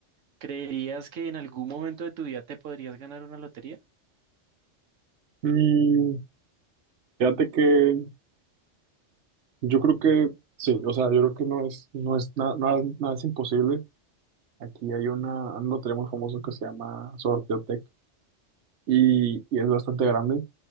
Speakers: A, on the right; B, on the right.
A: ¿Creerías que en algún momento de tu vida te podrías ganar una lotería?
B: Mm, fíjate que Yo creo que sí, o sea, yo creo que no es, no es na- nada, nada es imposible. Aquí hay una, un lotería muy famosa que se llama Sorteotec y, y es bastante grande,